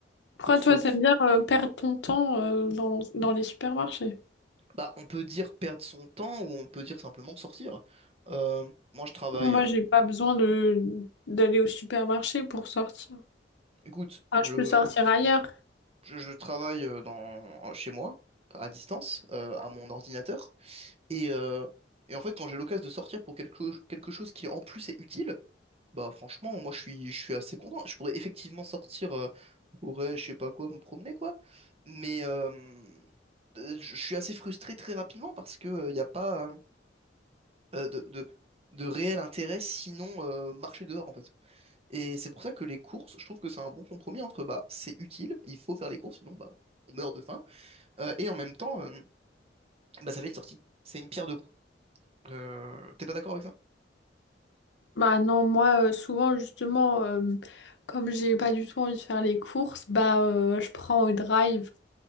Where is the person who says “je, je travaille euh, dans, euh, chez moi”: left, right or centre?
Right